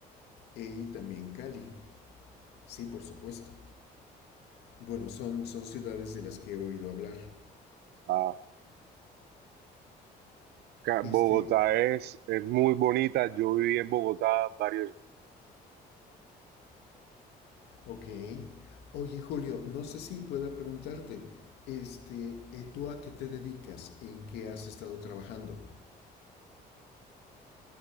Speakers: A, on the left (about 80°); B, on the right (about 75°).
A: e, y también Cali. Sí, por supuesto. Bueno, son, son ciudades de las que he oído hablar.
B: Ah, ca-
A: Este,
B: Bogotá es, es muy bonita. Yo viví en Bogotá varios...
A: ok. Oye, Julio, no sé si pueda preguntarte, este, eh, ¿tú a qué te dedicas? ¿En qué has estado trabajando?